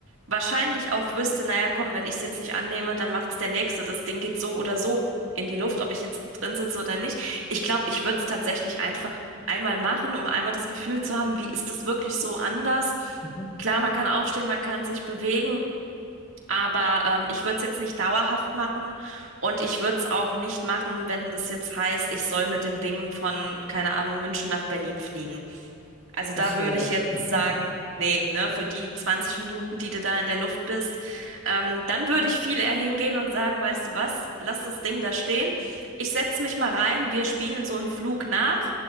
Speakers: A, on the right (about 65°); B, on the left (about 25°).
A: wahrscheinlich auch wüsste, naja, komm, wenn ich es jetzt nicht annehme, dann macht's der Nächste. Das Ding geht so oder so in die Luft, ob ich jetzt drin sitze oder nicht. Ich glaube, ich würde es tatsächlich einfach einmal machen, um einmal das Gefühl zu haben, wie ist das wirklich so anders?
B: Mhm.
A: Klar, man kann aufstehen, man kann sich bewegen. Aber ähm, ich würde es jetzt nicht dauerhaft machen und ich würde es auch nicht machen, wenn das jetzt heißt, ich soll mit dem Ding von, keine Ahnung, München nach Berlin fliegen. Also da
B: Verstehe.
A: würde ich jetzt
B: <laughs>
A: sagen, nee, ne, für die 20 Minuten, die du da in der Luft bist, ähm, dann würde ich viel eher hingehen und sagen, weißt du was, lass das Ding da stehen. Ich setze mich mal rein, wir spielen so einen Flug nach.